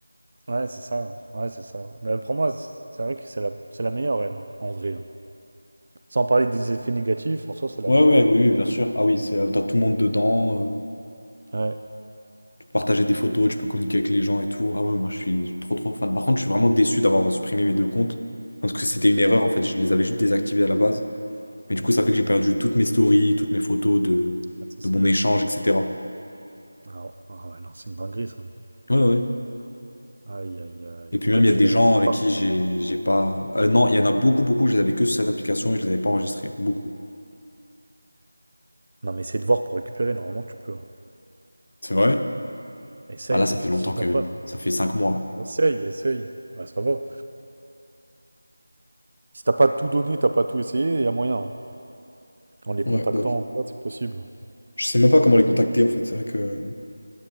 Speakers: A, on the right; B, on the left.
A: Ouais, Ouais, c'est ça. hein. Ouais, c'est ça. Mais pour moi, c'est c'est vrai que c'est la, c'est la meilleure, elle, hein, en vrai. hein. Sans parler des effets négatifs, en soi, c'est la
B: Ouais,
A: meilleure.
B: ouais,
A: hein.
B: oui, oui, bien sûr. Ah oui, c'est, euh, t'as tout le monde dedans. euh.
A: Ouais.
B: partager des photos, tu peux communiquer avec les gens et tout. Ah ouais, moi je suis trop trop fan. Par contre, je suis vraiment déçu d'avoir supprimé mes deux comptes parce que c'était une erreur en fait. Je les avais juste désactivés à la base. Mais du coup, ça fait que j'ai perdu toutes mes stories, toutes mes photos de,
A: Ah, ça, c'est
B: de mon
A: bête,
B: échange,
A: ça.
B: etc.
A: Ah, ouais, ah ouais, non, c'est une dinguerie, ça.
B: Ouais, ouais. ouais.
A: Aïe, aïe, aïe.
B: Et puis
A: Après,
B: même, il
A: tu
B: y a des
A: les avais
B: gens
A: la plupart.
B: avec qui
A: c'est-
B: j'ai j'ai pas. Euh, non, il y en a beaucoup, beaucoup. Je les avais que sur cette application et je les avais pas enregistrés. Beaucoup.
A: Non, mais essaye de voir pour récupérer. Normalement, tu peux. hein.
B: C'est vrai?
A: Essaye.
B: Ah là, ça fait
A: Si
B: longtemps
A: si
B: quand
A: t'as pas.
B: même. hein. Ça fait cinq mois.
A: Essaye, essaye. Bah, ça va. Si t'as pas tout donné, t'as pas tout essayé, il y a moyen. hein. En les contactant
B: Ouais, bah,
A: ou quoi, c'est possible. hein.
B: je sais même pas comment les contacter en fait. C'est vrai que.